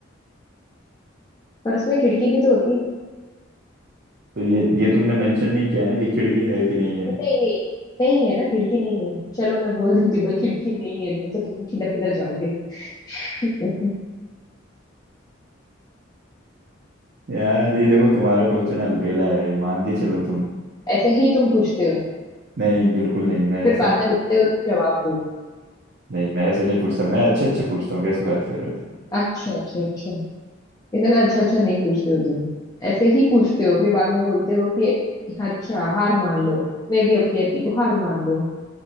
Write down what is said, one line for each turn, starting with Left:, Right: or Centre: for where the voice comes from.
Left: पर उसमें खिड़की भी तो होती है
Right: तो ये ये तुमने मेंशन नहीं किया ना कि खिड़की है कि नहीं है
Left: नहीं नहीं नहीं है ना खिड़की नहीं है चलो मैं बोल देती हूँ भाई खिड़की नहीं है नहीं तो तुम किधर किधर जाओगे <laughs>
Right: यार ये देखो तुम्हारा क्वेश्चन अलबेला है ये मान के चलो तुम
Left: ऐसे ही तुम पूछते हो
Right: नहीं बिल्कुल नहीं मैं
Left: फिर
Right: ऐसे
Left: बाद
Right: नहीं
Left: में बोलते हो तुम जवाब दो
Right: नहीं मैं ऐसे नहीं पूछता मैं अच्छे अच्छे पूछता हूँ कैसी बात कर रहे हो तुम
Left: अच्छा अच्छा अच्छा इतना अच्छा अच्छा नहीं पूछते हो तुम ऐसे ही पूछते हो फिर बाद में बोलते हो कि अच्छा हार मान लो मैं भी अब कहती हूँ हार मान लो